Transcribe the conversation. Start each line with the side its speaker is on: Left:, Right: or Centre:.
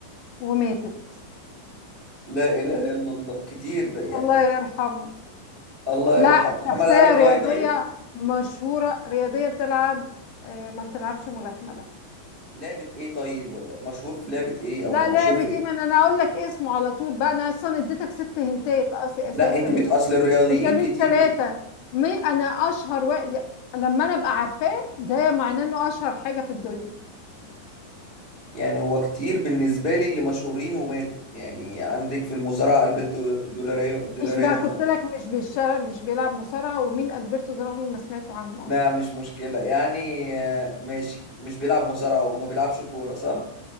Left: وماتت
Right: لا اله الا الله كتير ده يعني
Left: الله يرحمه
Right: الله
Left: لا
Right: يرحمه محمد
Left: شخصية
Right: علي كلاي
Left: رياضية
Right: طيب
Left: مشهورة رياضية بتلعب آه، ما بتلعبش ملاكمة لا
Right: لعبة ايه طيب ولا مشهور في لعبة ايه او
Left: لا
Right: مشهور
Left: لعبة
Right: في ايه
Left: ايه ما انا أنا اقول لك اسمه على طول بقى انا اصلا اديتك ست هنتات أص- اساسا
Right: لا انت بت اصل الرياضيين
Left: انت ليك
Right: كتير
Left: ثلاثة مي انا اشهر واحد لما انا ابقى عارفاه ده معناه انه اشهر حاجة في الدنيا
Right: يعني هو كتير بالنسبة لي اللي مشهورين وماتوا يعني عندك في المصارعة ألبرتو دولاريو دولاريو
Left: مش بقى قلت
Right: ما,
Left: لك مش بيش... مش بيلعب مصارعة ومين ألبرتو ده أنا عمري ما سمعته عنه
Right: ما
Left: أصلا
Right: مش مشكلة يعني آه، ماشي مش بيلعب مصارعة وما بيلعبش كورة صح؟